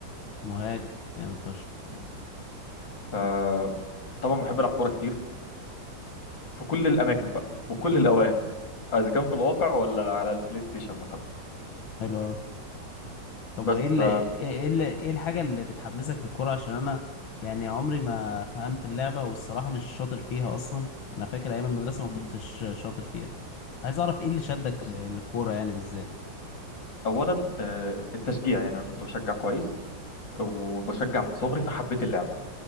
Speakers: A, on the left; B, on the left.
A: مهاجم جامد فشخ
B: مم. فطبعا بحب العب كوره كتير في كل الاماكن بقى وكل الاوقات اذا كان في الواقع ولا على البلاي ستيشن مثلا
A: حلو قوي طب
B: بس
A: وايه اللي
B: ف
A: ايه اللي ايه الحاجة اللي بتحمسك في الكورة عشان انا يعني عمري ما فهمت اللعبة والصراحة مش شاطر فيها اصلا انا فاكر ايام المدرسة
B: مم.
A: ما كنتش شاطر فيها عايز اعرف ايه اللي شدك
B: بص
A: ل- للكورة يعني بالذات
B: اولا آه، التشجيع يعني انا كنت بشجع كويس وبشجع من صغري فحبيت اللعبه